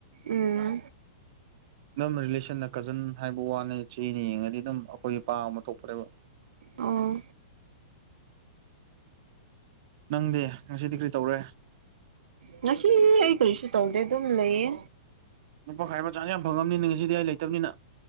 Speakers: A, on the right (about 85°); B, on the right (about 35°).
A: ꯎꯝ
B: ꯑꯗꯨꯝ ꯔꯤꯂꯦꯁꯟꯅ ꯀꯖꯟ ꯍꯥꯏꯕ ꯋꯥꯅꯤ ꯆꯍꯤꯗ ꯌꯦꯡꯉꯗꯤ ꯑꯗꯨꯝ ꯑꯩꯈꯣꯏ ꯏꯄꯥ ꯒꯨꯝꯕ ꯊꯣꯛꯄꯅꯦꯕ
A: ꯑꯣ
B: ꯅꯪꯗꯤ ꯉꯁꯤꯗꯤ ꯀꯔꯤ ꯇꯧꯔꯦ
A: ꯉꯁꯤ ꯑꯩ ꯀꯔꯤꯁꯨ ꯇꯧꯗꯦ ꯑꯗꯨꯝ ꯂꯩꯌꯦ
B: ꯅꯨꯄꯥ ꯈꯥꯏꯕ ꯆꯥꯟꯁ ꯌꯥꯝ ꯐꯪꯉꯝꯅꯤꯅꯦ ꯉꯁꯤꯗꯤ ꯑꯩ ꯂꯩꯇꯝꯅꯤꯅ